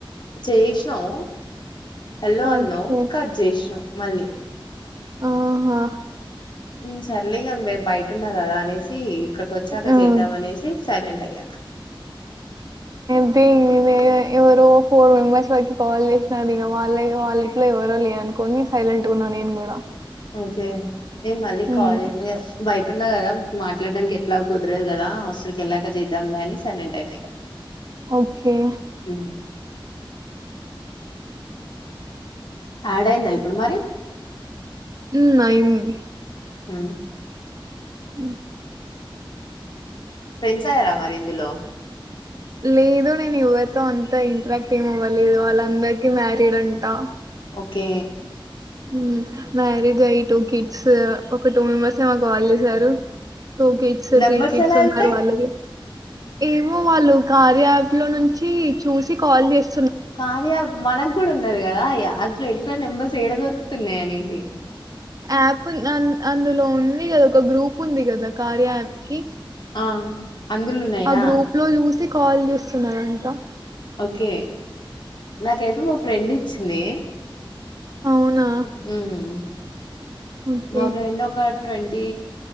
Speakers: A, on the left (about 60°); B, on the right (about 40°).
A: చేసినావు ఎల్లో
B: ఓకే.
A: అన్నావు కట్ చేసినవ్ మళ్ళీ
B: ఆహా
A: ఊ సర్లే ఇగ మేం బయటున్న కదా అనేసి ఇక్కడికి వచ్చాక
B: హ్మ్.
A: చేద్దాం అనేసి సైలంట్ అయ
B: ఐతే ఇగ ఎవరో ఫోర్ మెంబర్స్ వరకు కాల్ చేసినారు ఇంక వాళ్ళ వాళ్ళ ఇట్లో ఎవరో లేరని కొన్ని సైలెట్ వున్నా నేను కూడా
A: ఓకే నేను మళ్ళీ
B: ఉమ్,
A: కాల్ చేసిన ఇంగ బయ టున్న కదా మాట్లాడడానికి ఎట్లా కుదరేదు కదా హాస్ల్కి వెళక చేద్దాంలే అని సైలెంట్ అయినా ఇగ
B: ఓకే
A: హ్మ్. ఆడైందా ఇప్పుడు మరి
B: ఉయి అయ్యింది
A: ఆ
B: ఉ
A: ఫ్రెండ్స్ అయ్యారా మరి ఇందులో
B: లేదు నేను ఎవరితో అంతా ఇంటరాక్ట్ ఏమవ్వలేదు వాళ్ళందరికీ మ్యారీడ్ అంటా
A: ఓకే
B: ఊ మ్యారీడ్ అయ్యి టు కిడ్స్ ఒక టూ మెంబర్స్ మాకు కాల్ చేసారు two kids
A: numbers
B: three kids
A: ఎలా
B: ఉన్నారు
A: వెళ్తాయి
B: వాళ్లకి ఏమో వాళ్ళు కార్య యాప్ లో నుంచి చూసి కాల్ చేసి
A: కార్య మనకు కూడా ఉన్నది కదా అ అట్లా ఎట్లా ఇ నెంబర్స్ ఏడ దొరుకుతున్నాయా అనేసి
B: యాప్ అందులో ఉంది కదా ఒక గ్రూప్ ఉంది కదా కార్య యాప్ కి
A: ఆ అందులో ఉన్నాయా
B: ఆ గ్రూప్ లో చూసి కాల్ చేస్తున్నారు అంతా
A: ఓకే నాకైతే మ ఫ్రెండ్ ఇచ్చింది
B: అవునా?
A: ఉహు
B: ఓకే.
A: మా ఫ్రెండ్ ఒక ట్వంటీ